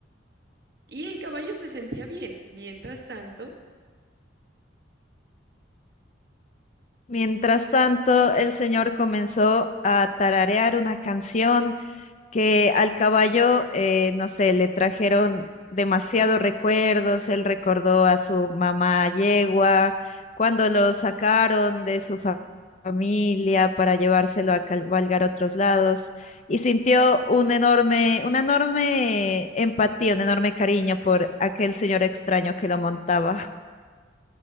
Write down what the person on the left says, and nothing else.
Mientras tanto, el señor comenzó a tararear una canción que al caballo, eh, no sé, le trajeron demasiados recuerdos, él recordó a su mamá yegua, cuando lo sacaron de su fa- familia para llevárselo a cabalgar a otros lados y sintió un enorme, una enorme empatía, un enorme cariño por aquel señor extraño que lo montaba.